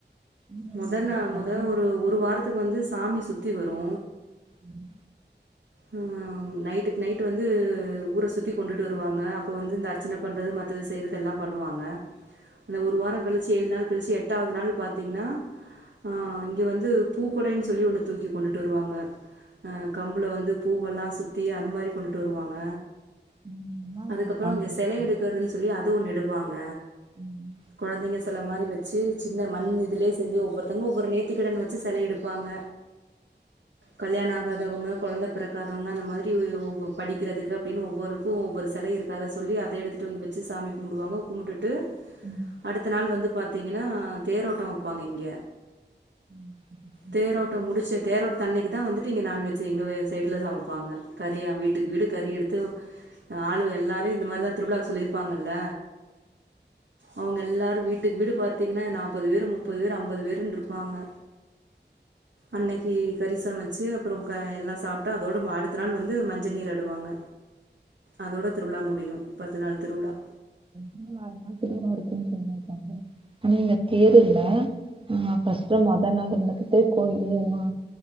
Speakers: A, on the right; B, on the right.
A: இதெல்லாம்
B: முத
A: எப்படி
B: நா
A: இருக்காது
B: முதல் ஒரு ஒரு வாரத்துக்கு வந்து சாமி சுத்தி வரு
A: ம்
B: ஆ நைட்டுக்கு நைட் வந்து ஊர சுத்தி கொண்டுட்டு வருவாங்க அப்ப வந்து இந்த அர்ச்சன பண்றது மத்தது செய்யறதெல்லா பண்ணுவாங்க அந்த ஒரு வாரோ கழிச்சு ஏழு நாள் கழிச்சு எட்டாவது நாள் பாத்தீங்கன்னா ஆ இங்க வந்து பூக்கெடைன்னு சொல்லி ஒன்னு தூக்கிட்டு வருவாங்க கம்புல வந்து பூவெல்லா சுத்தி அது மாரி கொண்டுட்டு வருவாங்க
A: ம் நல்லா இருக்கும்
B: அதுக்கப்றோ
A: பாக்குறதுக்கு
B: இங்க சேலை எடுக்கிறது சொ ல்லி அது ஒன்னு எடுப்பாங்க
A: ம்
B: குழந்தைங்க சேல மாரி வச் சி சின்ன மண் இதுலயே செஞ்சு ஒவ்வொருத்தவங்க ஒவ்வொரு நேத்திகடன் வச்சு சேலய எடுப்பாங்க கல்யாண ஆகாதவங்க கொழந்த பெ பிறக்காதவங்க அந்த மாதிரி ஒ ஒவ் படிக்கிறதுக்கு அப்டின்னு ஒவ்வொருக்கு ஒவ்வொரு சேல இருக்கு அத சொல்லி அத எடுத்து ந்து வந்து வச்சு சாமி கும்புடுவாங்க கும்டுட்டு
A: ம்
B: அடுத்த நாள் வந்து பா பாத்தீங்கன்னா தேரோட்டோ வைப்பாங்க இங்க
A: ம்
B: தேரோட்டோ முடிச்ச தேரோட்ட தன்னைக்கு தா வந்துட்டு இங்க நான்வெஜ் எங்க சைடுல சமைப்பாங்க கறியா வீட்டுக்கு வீடு கறி எடுத்து ஆளுக எல்லாரு இந்த மாரிதா திருவிழாவுக்கு சொல்லியிருப்பாங்கல்ல அவுங்க எல்லாரு வீட்டுக்கு வீடு பாத்தீங்கன்னா நாற்பது பேரு முப்பது பேரு ஐம்பது பேருன்னு இருப்பாங்க அன்னைக்கு கறி சமச்சு அப்றோ எல்லா சாப் டு அதோட அடுத்த நாள் வந்து மஞ்சள் நீர் ஆடுவாங்க அதோட திருவிழா முடியு பத்து நாள் திருவுழா
A: இன்னு அர நாள் திருவிழா இருக்குனு செல்லிருக்காங்க உங்க பேரு என்ன ஆ ஃபர்ஸ்ட்டு டைம் அத நடந்து இருக்குது கோயில எல்லா